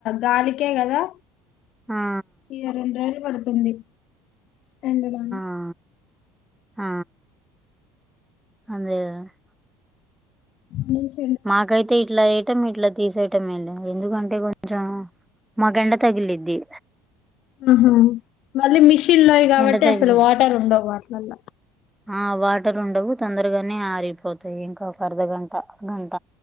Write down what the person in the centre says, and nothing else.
ఆ
ఆ ఆ అదే కదా
మాకైతే ఇట్లా ఎట్ టం ఇట్లా తీసేయటం ఏను, ఎందుకంటే కొంచెం మాక్ ఎండ తగిలిద్ది.
ఎండ తగిలి
ఆ వాటర్ ఉండవు తొందరగానే ఆరిపోతాయి, ఇంకొక అర్ధగంట, గంట.